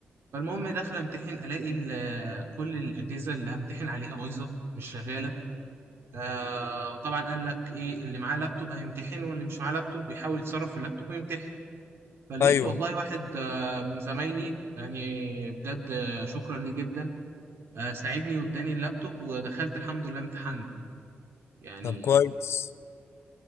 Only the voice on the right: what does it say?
فالمهم داخل امتحن الاقي ال- كل الاجهزه اللي همتحن عليها بايظه مش شغاله آه وطبعا قال لك ايه اللي معاه لابتوب هيمتحن واللي مش معاه لابتوب بيحاول يتصرف في اللابتوب ويمتحن فلقيت
والله واحد آه، من زمايلي يعني بجد آه، شكرا ليه جدا آه، ساعدني واداني اللابتوب ودخلت الحمد لله امتحنت يعني